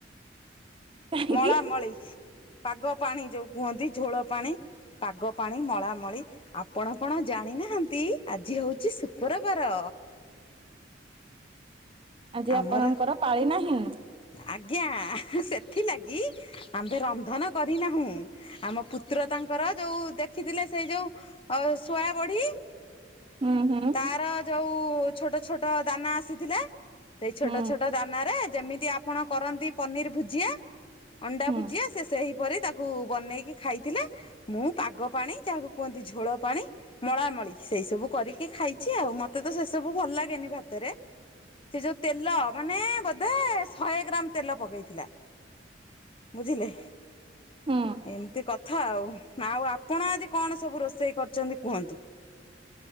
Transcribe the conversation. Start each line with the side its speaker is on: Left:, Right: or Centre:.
Right: କାହିଁକି
Left: ମଳା ମଳି ପାଗ ପାଣି ଯୋଉ କୁହନ୍ତି ଝୋଳ ପାଣି। ପାଗ ପାଣି ମଳା ମଳି ଆପଣ କଣ ଜାଣିନାହାନ୍ତି। ଆଜି ହେଉଛି ଶୁକ୍ରବାର।
Right: ଆଜି
Left: ଆମର
Right: ଆପଣଙ୍କର ପାଳି ନାହିଁ।
Left: ଆଜ୍ଞା ସେଥିଲାଗି ଆମ୍ଭେ ରନ୍ଧନ କରିନାହୁଁ, ଆମ ପୁତ୍ର ତାଙ୍କର ଯୋଉ ଦେଖିଥିଲେ ସେଇ ଯୋଉ ଅ ଶୁଆ ବଢି
Right: ହୁଁ ହୁଁ।
Left: ତାର ଯୋଉ ଛୋଟ ଛୋଟ ଦାନା ଆସିଥିଲା ସେଇ ଛୋଟ
Right: ହୁଁ
Left: ଛୋଟ ଦାନା ରେ ଯେମିତି ଆପଣ କରନ୍ତି ପନିର ଭୁଜିଆ ଅଣ୍ଡା
Right: ହୁଁ
Left: ଭୁଜିଆ ସେ ସେହିପରି ତାକୁ ବନେଇକି ଖାଇଥିଲେ। ମୁଁ ପାଗ ପାଣି ଯାହାକୁ କୁହନ୍ତି ଝୋଳ ପାଣି ମଳାମଳି ସେଇ ସବୁ କର କି ଖାଇଛି ଆଉ ମତେ ତ ସେ ସବୁ ଭଲ ଲାଗେନି ଭାତରେ ସେ ଯୋଉ ତେଲ ମାନେ ବୋଧେ ଶହେ ଗ୍ରାମ ତେଲ ପକେଇଥିଲା, ବୁଝିଲେ
Right: ହୁଁ।
Left: ଏମତି କ କଥା ଆଉ ଆଉ ଆପଣ ଆଜିି କଣ ସବୁ ରୋଷେଇ କରିଛନ୍ତି କୁହନ୍ତୁ?